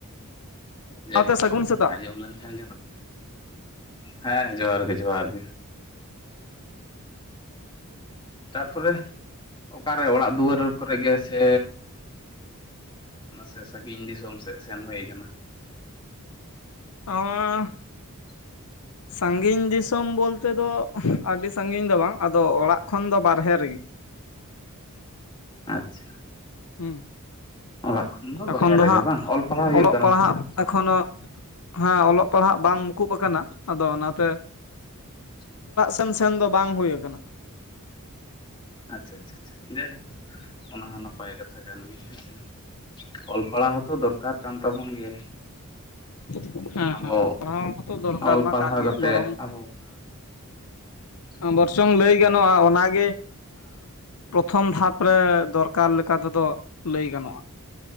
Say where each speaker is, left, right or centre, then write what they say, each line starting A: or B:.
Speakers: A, on the left (about 20°); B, on the left (about 85°).
A: ᱡᱟᱭᱦᱳᱠ
B: ᱥᱟᱶᱛᱮ ᱥᱟᱹᱜᱩᱱ ᱥᱮᱛᱟᱜ
A: ᱟᱸᱡᱚᱢ ᱞᱮᱱ ᱠᱷᱟᱱ ᱜᱮ ᱱᱟᱯ ᱦᱮᱸ ᱡᱚᱦᱟᱨ ᱜᱮ ᱡᱚᱦᱟᱨ ᱜᱮ᱾ ᱛᱟᱨᱯᱚᱨᱮ ᱚᱠᱟᱨᱮ ᱚᱲᱟᱜ ᱫᱩᱣᱟᱹᱨ ᱠᱚᱨᱮ ᱜᱮ ᱥᱮ? ᱢᱟᱥᱮ ᱥᱟᱹᱜᱤᱧ ᱫᱤᱥᱚᱢ ᱥᱮᱜ ᱥᱮᱱ ᱦᱩᱭ ᱠᱟᱱᱟ?
B: ᱚᱸ <unintelligible>
A: <inaudible>
B: ᱥᱟᱺᱜᱤᱧ ᱫᱤᱥᱚᱢ ᱵᱚᱞᱛᱮ ᱫᱚ ᱟᱹᱰᱤ ᱥᱟᱺᱜᱤᱧ ᱫᱚ ᱵᱟᱝ, ᱟᱫᱚ ᱚᱲᱟᱜ ᱠᱷᱚᱱ ᱫᱚ ᱵᱟᱨᱦᱮ ᱨᱮᱜᱮ᱾
A: ᱟᱪᱪᱷᱟ᱾
B: ᱦᱮᱸ,
A: ᱚᱲᱟᱜ ᱠᱷᱚᱱ
B: ᱮᱠᱷᱚᱱ
A: ᱵᱟᱦᱮᱨ
B: ᱫᱚ
A: ᱨᱮᱜᱮ
B: ᱦᱟᱸᱜ
A: ᱵᱟᱝ ᱚᱞ ᱯᱟᱲᱦᱟᱣ ᱦᱩᱭᱩᱜ
B: ᱚᱞᱚᱜ
A: ᱠᱟᱱᱟ
B: ᱯᱟᱲᱦᱟᱜ
A: ᱥᱮ ᱪᱮᱫ
B: ᱮᱠᱷᱚᱱᱳ ᱦᱮᱸ ᱚᱞᱚᱜ ᱯᱟᱲᱦᱟᱜ ᱵᱟᱝ ᱢᱩᱠᱩᱵ ᱟᱠᱟᱱᱟ᱾ ᱟᱫᱚ ᱚᱱᱟᱛᱮ
A: ᱟᱪᱪᱷᱟ
B: ᱛᱮᱢ ᱥᱮᱱ ᱫᱚ ᱵᱟᱝ ᱦᱩᱭ ᱟᱠᱟᱱᱟ᱾
A: ᱟᱪᱪᱷᱟ ᱟᱪᱪᱷᱟ᱾ ᱡᱟᱭᱦᱳᱠ ᱚᱱᱟ ᱦᱚᱸ ᱱᱟᱯᱟᱭ ᱠᱟᱛᱷᱟ ᱠᱟᱱ ᱜᱮᱭᱟ ᱦᱮᱸᱥᱮ᱾ ᱚᱞ ᱯᱟᱲᱦᱟᱣ ᱦᱚᱸᱛᱚ ᱫᱚᱨᱠᱟᱨ ᱠᱟᱱ ᱛᱟᱵᱚᱱ ᱜᱮᱭᱟ᱾
B: ᱦᱮᱸ
A: ᱟᱵᱚ
B: ᱦᱮᱸ ᱚᱞ ᱯᱟᱲᱦᱟᱣ ᱦᱚᱸᱛᱚ ᱫᱚᱨᱠᱟᱨ
A: ᱚᱞ
B: ᱢᱟ
A: ᱯᱟᱲᱦᱟᱣ
B: ᱠᱟᱱ ᱜᱮᱭᱟ᱾
A: ᱠᱟᱛᱮᱜ
B: ᱵᱚᱨᱚᱝ
A: ᱟᱵᱚ <inaudible>
B: ᱵᱚᱨᱪᱚᱝ ᱞᱟᱹᱭ ᱜᱟᱱᱚᱜᱼᱟ ᱚᱱᱟᱜᱮ ᱯᱨᱚᱛᱷᱚᱢ ᱫᱷᱟᱯ ᱨᱮ ᱫᱚᱨᱠᱟᱨ ᱞᱮᱠᱟ ᱛᱮᱫᱚ ᱞᱟᱹᱭ ᱜᱟᱱᱚᱜᱼᱟ᱾